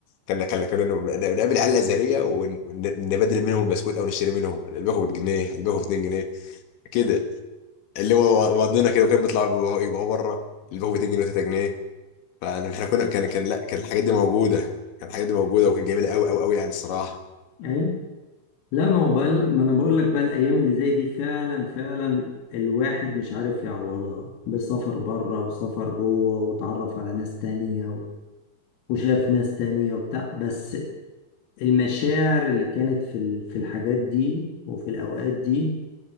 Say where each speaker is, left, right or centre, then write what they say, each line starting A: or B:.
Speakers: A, on the left; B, on the left.
A: كان كان كنا نقابل العيال الازهريه ونبدل منهم البسكوت او نشتري منهم الباكو بجنيه الباكو ب 2 جنيه كده اللي هو وضنا كده وكان بيطلع يبقى بره الباكو ب 2 جنيه و3 جنيه فاحنا كنا كان كان لا كان الحاجات دي موجوده كان الحاجات دي موجوده وكانت جميله قوي قوي قوي يعني الصراحه
B: اي لا ما هو بقى- ما انا بقول لك بقى الايام اللي زي دي فعلا فعلا الواحد مش عارف يعوضها بسفر بره وسفر جوه وتعرف على ناس تانية و- وشاف ناس تانية وبتاع بس المشاعر اللي كانت في ال- في الحاجات دي وفي الاوقات دي